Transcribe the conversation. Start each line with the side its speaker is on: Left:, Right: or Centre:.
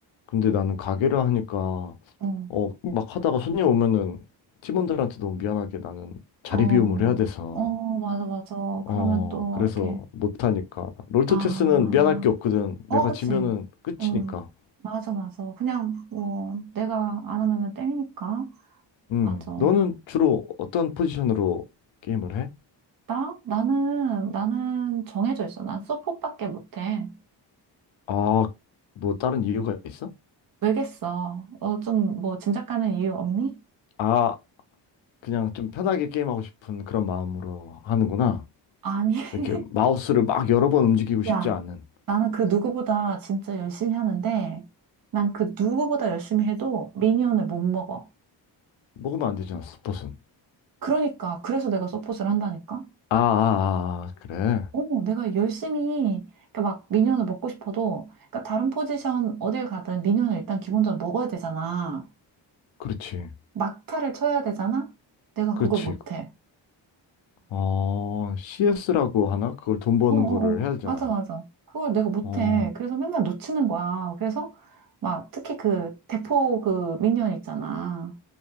Left: 근데 나는 가게를 하니까
Right: 어,
Left: 어 막 하다가 손님 오면은 팀원들한테 너무 미안하게 나는 자리
Right: 어,
Left: 비움을 해야 돼서
Right: 어, 맞아, 맞아. 그러면
Left: 어
Right: 또
Left: 그래서
Right: 이렇게,
Left: 못 하니까 롤토체스는
Right: 아,
Left: 미안할 게 없거든. 내가
Right: 어, 그치.
Left: 지면은 끝이니까.
Right: 응 맞아, 맞아. 그냥, 뭐, 내가 안 하면은 땡이니까.
Left: 음.
Right: 맞아.
Left: 너는 주로 어떤 포지션으로 게임을 해?
Right: 나? 나는, 나는 정해져 있어. 난 서폿밖에 못해.
Left: 아, 뭐 다른 이유가 있어?
Right: 왜겠어? 어, 좀, 뭐, 짐작 가는 이유 없니?
Left: 아, 그냥 좀 편하게 게임하고 싶은 그런 마음으로 하는구나.
Right: 아니, <laughs>
Left: 이렇게 마우스를 막 여러 번 움직이고 싶지
Right: 야,
Left: 않은.
Right: 나는 그 누구보다 진짜 열심히 하는데, 난 그 누구보다 열심히 해도 미니언을 못 먹어.
Left: 먹으면 안 되잖아, 스폿은.
Right: 그러니까, 그래서 내가 서폿을 한다니까?
Left: 아, 아, 아, 아, 그래.
Right: 어, 내가 열심히, 그러니까 막 미니언을 먹고 싶어도, 그러니까 다른 포지션 어딜 가든 미니언을 일단 기본적으로 먹어야 되잖아.
Left: 그렇지.
Right: 막타를 쳐야 되잖아? 내가
Left: 그렇지.
Right: 그걸 못해.
Left: 어, CS라고 하나? 그걸 돈 버는
Right: 어, 어,
Left: 거를
Right: 어.
Left: 해야 되잖아.
Right: 맞아, 맞아. 그걸 내가 못해.
Left: 어,
Right: 그래서 맨날 놓치는 거야. 그래서 막 특히 그 대포 그 미니언 있잖아.